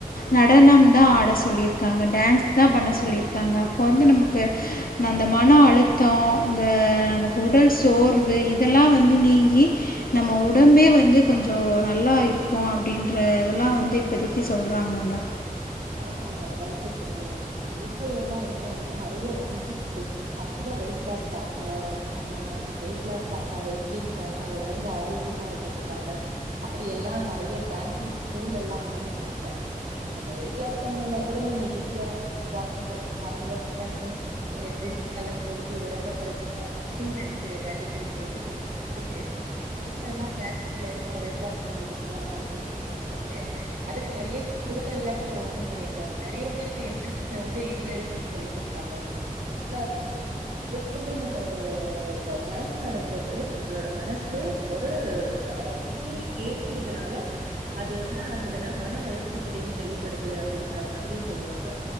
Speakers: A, on the left; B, on the right.
A: நடனம் தான் ஆட சொல்லிருக்காங்க டான்ஸ் தான் பண்ண சொல்லிருக்காங்க அப்ப வந்து நமக்கு அந்த மன அழுத்தோம் அந்த நமக்கு உடல் சோர்வு இதெல்லா வந்து நீங்கி நம்ம உடம்பே வந்து கொஞ்ச நல்லாருக்கும் அப்டின்ற இதல்லா வந்து இப்போதக்கி சொல்றாங்கங்க
B: ஆமா ஆமா கரெக்டா சொன்னீங்க இப்ப எல்லா என்னனா நெறைய டான்ஸ் ஸ்கூல் ஆக்சுவலா வெயிட் லாஸ்காக ஆ வெயிட் லாஸ்காக வெயிட் கெயின்காக ஓடம்பு ஆரோக்கியமா இருக்கறதுக்காக அப்டி எல்லா நெறைய டான்ஸிங் ஸ்கூல் எல்லா ஆரம்பிச்சுட்டாங்க இப்ப நம்ம வெயிட் கிளாஸ் போனுனா கூட நீங்க ஈஸியா வாகிங் பண்ணி ஹாட் ஒர்க் பண்ணி நீங்க ஜிம்முக்குல்லா போயி ஒடம்பு குறைக்கணு அப்டின் நினைக்கிற கேட்டகிரிலேந்து கொஞ்ச மாறிட்டு இப்ப எல்லா டான்ஸ் மூலயமா வெயிட் லாஸ் பண்றத கூட ஆரம்பிச்சிருக்காங்கன் நினைக்கேன் அதுக்கு நெறைய ஸ்கூல்ல எல்லாம் கூட ஓ பன் பண்ணிருக்காங்க நெறைய பேருக்கு இன்ரெஸ்ட் வந்து இதுல இருக்குன்னு சொல்லி சொல்றாங்க ஆக்சுவலா அது எப்பவுமே நம்ம ஒரு டான்ஸ் ஆடும்போது நம்மளோட மனசு ஒரு இசைய கேக்கறதுனால அது என்ன ஆகுதுனா மன அழுத்ததுல இருந்து வெளிப்படுது அப்டின்ற மாதிரி சொல்லுவாங்க